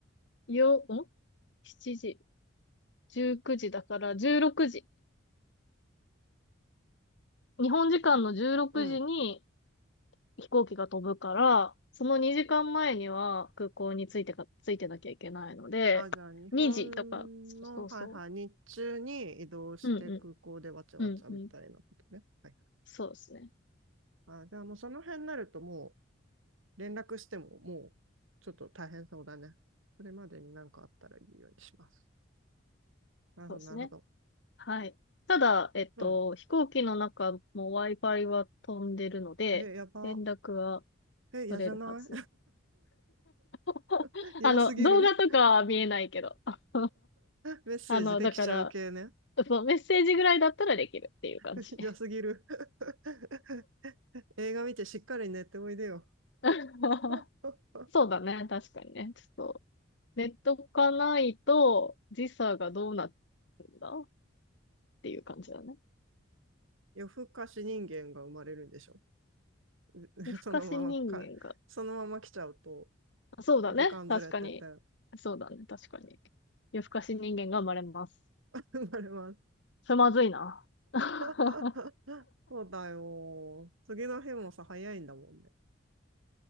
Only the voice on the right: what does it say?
うん。
あ、じゃあ、日本の、
はいはい、日中に移動して空港でわちゃわちゃみたいなことね。
はい
はい。あ、じゃあ、もうその辺になるともう連絡してももうちょっと大変そうだね。それまでに何かあったら言うようにします。なるほど、
なるほど。
で、
うん。
え、やば。
え、嫌じゃない
<laughs> 嫌すぎる。
メッセージできちゃう系ね。
<laughs> 嫌すぎる。<laughs> 映画見てしっかり寝ておいでよ。
<laughs>
夜更かし人間が生まれるんでしょ <laughs>
そのままか、そのまま来ちゃうと、
時間ずれてて、
生まれます。
<laughs> そうだよ。次の日もさ、早いんだもんね。